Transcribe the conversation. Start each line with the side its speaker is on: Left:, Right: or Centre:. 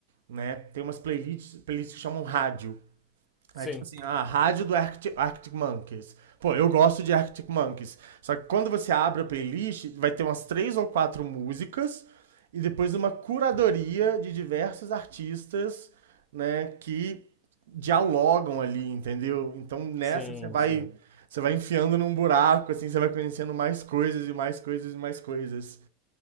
Right: né? Tem umas playlists, playlists que chamam rádio.
Left: Sim,
Right: É tipo assim, a rádio do Arctic, Arctic Monkeys. Pô, eu gosto de Arctic Monkeys. Só que quando você abre a playlist, vai ter umas três ou quatro músicas e depois uma curadoria de diversos artistas, né, que dialogam ali, entendeu? Então nessa
Left: sim,
Right: você vai
Left: sim,
Right: você vai enfiando num buraco, assim, você vai conhecendo mais coisas e mais coisas e mais coisas.